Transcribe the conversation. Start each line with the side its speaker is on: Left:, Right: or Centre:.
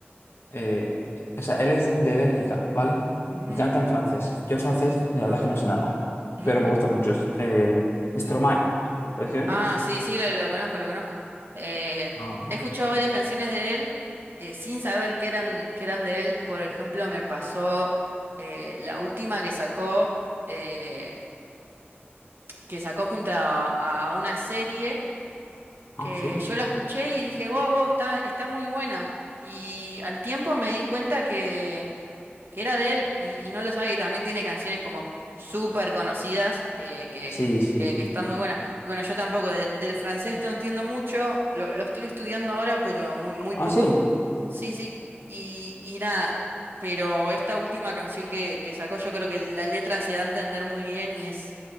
Left: eh, eh, o sea, él es de Bélgica, ¿vale?
Right: mm,
Left: Y canta en francés. Yo francés, la verdad
Right: no.
Left: es que no sé nada,
Right: <laughs>
Left: pero me gusta mucho. Es, Eh, Stromae, ¿sabes quién
Right: Ah,
Left: es?
Right: sí, sí, lo, lo conozco, lo conozco. Eh,
Left: Ah,
Right: he escuchado varias canciones de él eh, sin saber que eran, que eran de él. Por ejemplo, me pasó eh, la última que sacó, eh, que sacó junto a, a- a una serie
Left: ah,
Right: que
Left: sí.
Right: yo la escuché y dije, wow, wow, está, está muy buena. Y al tiempo me di cuenta que, que era de él y, y no lo sabía. Y también tiene canciones como súper conocidas eh, que,
Left: Sí, sí,
Right: que,
Left: sí.
Right: que están muy buenas. Y bueno, yo tampoco de- del francés no entiendo mucho, lo, lo estoy estudiando ahora, pero muy, muy
Left: Ah,
Right: poco.
Left: sí. <laughs>
Right: Sí, sí. Y, y nada, pero esta última canción que, que sacó, yo creo que la letra se da a entender muy bien y es,